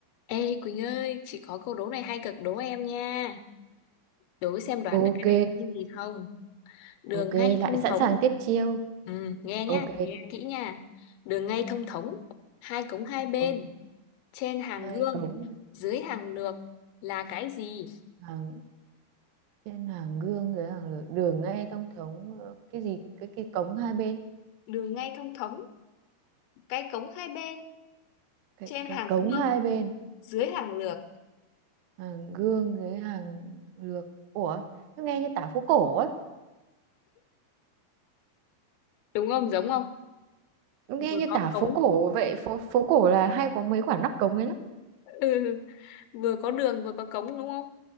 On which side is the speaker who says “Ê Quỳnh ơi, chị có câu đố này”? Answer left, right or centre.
Left